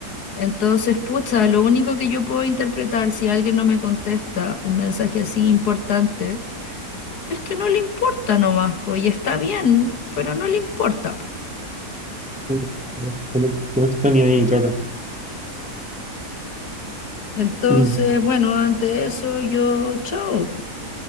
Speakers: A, on the left (about 70°); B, in the centre.
A: Entonces, pucha, lo único que yo puedo interpretar si alguien no me contesta un mensaje así importante es que no le importa nomás, pues, y está bien, pero no le importa, po.
B: Mm, No, no está ni ahí, claro.
A: Entonces,
B: Mm,
A: bueno, ante eso yo, chao.